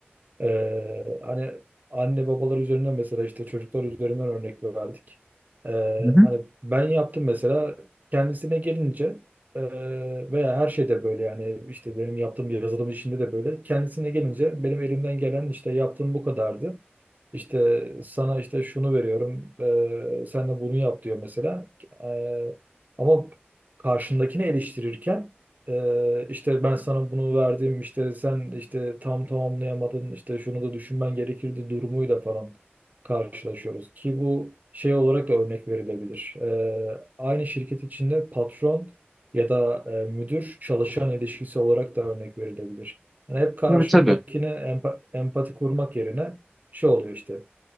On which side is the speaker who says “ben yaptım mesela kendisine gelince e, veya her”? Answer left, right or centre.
Right